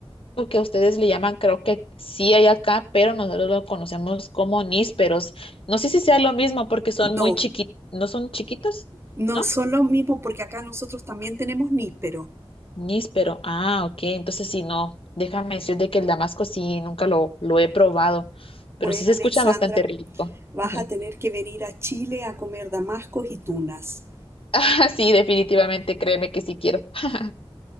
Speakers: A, on the left; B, on the right.
A: lo que ustedes le llaman, creo que sí hay acá, pero nosotros lo conocemos como nísperos. No sé si sea lo mismo porque son
B: No,
A: muy chiquitos, no son chiquitos,
B: no
A: ¿no?
B: son los mismos porque acá nosotros también tenemos níspero.
A: Níspero, ah, ok, entonces sí, no, déjame decirte que el damasco sí, nunca lo, lo he probado,
B: Bueno,
A: pero sí se
B: Alexandra,
A: escucha bastante rico.
B: vas
A: Ujú.
B: a tener
A: <laughs>
B: que venir a Chile a comer damascos y tunas.
A: Ah, sí, definitivamente, créeme que sí quiero. <laughs>